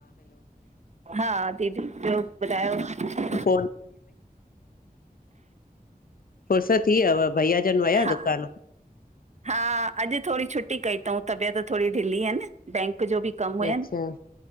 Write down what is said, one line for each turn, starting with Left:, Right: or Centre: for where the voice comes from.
Right: हा दीदी! ॿियो ॿुधायो
Left: फ़ोन फुर्सत थी यव भइया जन विया
Right: हा
Left: दुकान?
Right: हा, अॼु थोरी छुटी कई तऊं तबियत थोरी ढीली हुयन बैंक जो बि कमु हुयनि
Left: अच्छा